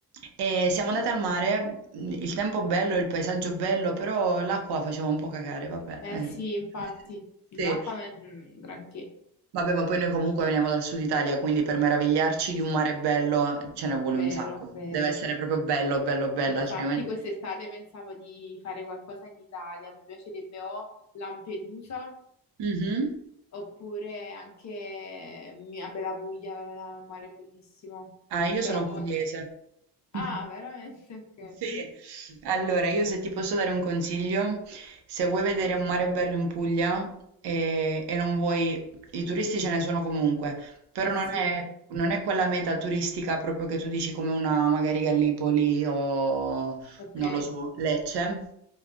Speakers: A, on the right (about 75°); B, on the left (about 45°).
A: e siamo andate al mare, il tempo bello, il paesaggio bello, però l'acqua faceva un po' cagare, vabbè.
B: Eh
A: eh.
B: sì, infatti,
A: <laughs>
B: l'acqua
A: Sì.
B: non è un granché,
A: Vabbè, ma poi noi comunque veniamo dal Sud Italia, quindi per meravigliarci di un mare bello ce ne vuole
B: vero,
A: un sacco.
B: vero.
A: Deve essere proprio bello, bello, bello,
B: Infatti
A: altrimenti.
B: quest'estate pensavo di fare qualcosa in Italia, mi piacerebbe o Lampedusa
A: Mhm.
B: oppure anche mia Bella Puglia, il mare è bellissimo.
A: Ah, io
B: Però...
A: sono pugliese.
B: Ah,
A: <laughs>
B: veramente? Ok.
A: Sì, allora io se ti posso dare un consiglio, se vuoi vedere un mare bello in Puglia e, e non vuoi, i turisti ce ne sono comunque, però
B: Eh
A: non
B: sì,
A: è, non è quella meta turistica proprio che tu dici come una magari Gallipoli o
B: ok.
A: non lo so, Lecce.